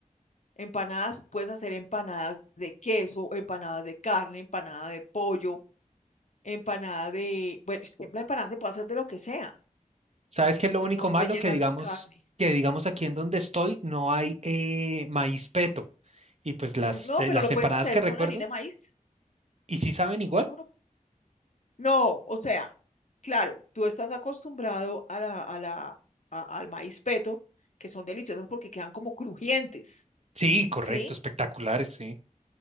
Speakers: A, on the left; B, on the right.
A: Empanadas, puedes hacer empanadas de queso, empanadas de carne, empanada de pollo, empanada de... Bueno, es que la empanada se puede hacer de lo que sea,
B: ¿Sabes qué es lo
A: que
B: único
A: son
B: malo?
A: rellenas
B: Que digamos,
A: de carne.
B: que digamos aquí en donde estoy no hay eh, maíz peto. Y pues
A: Mm,
B: las,
A: no,
B: eh,
A: pero
B: las
A: lo
B: empanadas
A: puedes hacer
B: que recuerdo,
A: con harina de maíz.
B: ¿y sí saben
A: No,
B: igual?
A: no. No, o sea, claro, tú estás acostumbrado a la, a la, a- al maíz peto, que son deliciosas porque quedan como crujientes,
B: Sí, correcto,
A: ¿sí?
B: espectaculares, sí.